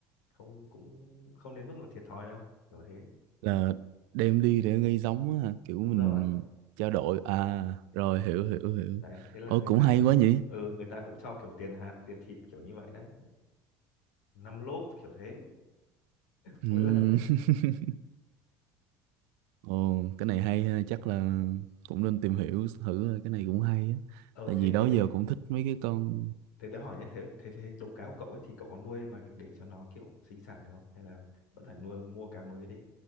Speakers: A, on the left; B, on the right.
A: không cũng không đến mức là thiệt thòi đâu kiểu thế
B: là đem đi để gây giống á ha kiểu
A: đúng
B: mình
A: rồi
B: trao đổi à rồi hiểu hiểu hiểu
A: đấy thế là
B: ô
A: người
B: cũng
A: ta
B: hay quá nhỉ
A: ừ người ta cũng cho kiểu tiền hạt tiền thịt kiểu như vậy đấy năm lốp kiểu thế
B: Ừm.
A: <laughs> mỗi lần
B: <laughs> ồ cái này hay ha chắc là cũng nên tìm hiểu thử thôi, cái này cũng hay á
A: <laughs> ờ
B: tại
A: thế
B: vì
A: thế
B: đó
A: thế
B: giờ cũng thích mấy cái con
A: thế tớ hỏi nhé thế thế thế đồng cá của cậu ấy thì cậu có nuôi mà để cho nó kiểu sinh sản được không hay là vẫn phải nuôi mua cá mới để